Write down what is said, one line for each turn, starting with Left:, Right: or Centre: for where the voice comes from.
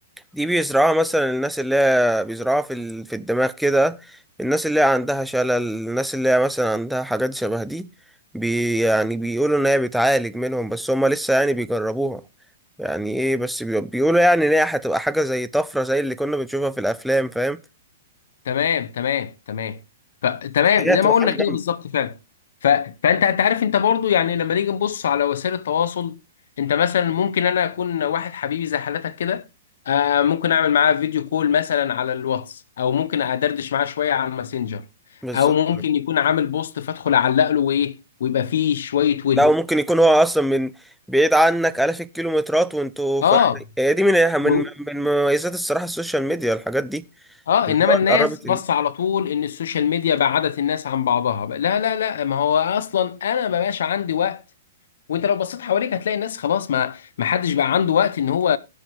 Centre: دي بيزرعوها مثلا الناس اللي هي بيزرعوها في ال- في الدماغ كده الناس اللي هي عندها شلل الناس اللي هي مثلا عندها حاجات شبه دي بي يعني بيقولوا ان هي بتعالج منهم بس هما لسه يعني بيجربوها يعني ايه بس بي- بيقولوا يعني ان هي هتبقى حاجة زي طفرة زي اللي كنا بنشوفها في الافلام فاهم
Left: تمام تمام تمام ف... تمام
Centre: هي
Left: زي
Centre: هتبقى
Left: ما قلنا
Centre: حاجة
Left: كده
Centre: جامدة
Left: بالظبط فعلا ف... فانت انت عارف انت برضو يعني لما نيجي نبص على وسائل التواصل انت مثلا ممكن انا اكون واحد حبيبي زي حالتك كده آه ممكن اعمل معاه فيديو كول مثلا على الواتس او ممكن ادردش معاه شويه على الماسنجر
Centre: بالظبط
Left: او ممكن يكون عامل بوست فادخل اعلق له وايه ويبقى فيه شويه ود
Centre: لا وممكن يكون هو اصلا من بعيد عنك آلاف الكيلومترات وانتوا فاهم
Left: اه
Centre: هي دي من من
Left: و...
Centre: من مميزات الصراحة السوشيال ميديا الحاجات دي
Left: اه
Centre: اللي
Left: انما
Centre: هو
Left: الناس
Centre: قربت
Left: بص على طول ان السوشيال ميديا بعدت الناس عن بعضها لا لا لا ما هو اصلا انا ما بقاش عندي وقت وانت لو بصيت حواليك هتلاقي الناس خلاص ما ما حدش بقى عنده وقت ان هو